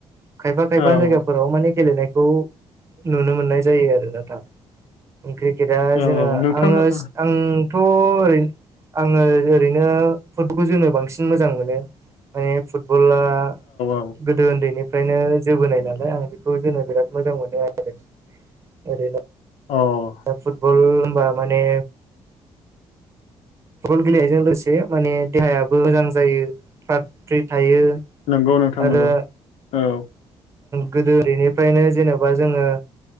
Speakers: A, on the right (about 25°); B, on the left (about 65°).
A: ख ख
B: औ
A: व माने गेलेनायखौ नुनो मोननाय जायो आरोोन दा क्रिकेटआ
B: औ
A: जोंना
B: नोंथां
A: आङो
B: औ
A: आंथ' ओरै आङो ओरैनो फुटबल जोनो बांसिन मोजां मोनो माने फुटबला
B: औ
A: ग दो उन्दैनिफ्रायनो जोबोनाय नालाय आं बेखौ जोनो बिराद मोजां मोनो आरो ओरैनो
B: औ
A: फुटबल हबा माने
B: <unintelligible>
A: फुटबल गेलेनायजों लोगोसे माने देहायाबो मोजां जायो फ्रात फ्रि थायो
B: नंगौ नोंथांनगौ
A: आरो
B: औ
A: गोदो ओरैनिफ्रायनो जेनेबा जोङो